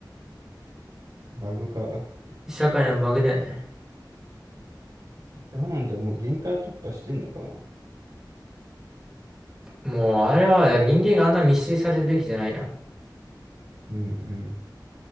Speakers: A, on the right; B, in the centre.
A: バグか。
B: 社会のバグだよね。
A: どうなんだろう、もう限界突破してんのかな。
B: もう、あれは人間があんな密集されるべきじゃないやん。
A: うんうん。